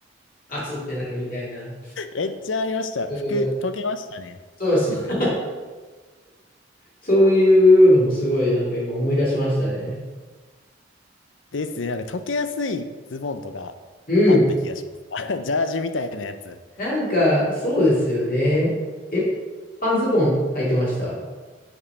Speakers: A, on the left; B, on the left.
A: 熱ってなるみたいな。
B: めっちゃありました。
A: うん。
B: 服、溶けましたね。
A: そうそう。
B: 一部。
A: <laughs> そういうのもすごいなんか今思い出しましたね。
B: ですね。なんか溶けやすいズボンとかあった気がします。
A: うん。
B: <laughs> ジャージみたいなやつ。
A: なんか、そうですよね。え、半ズボン履いてました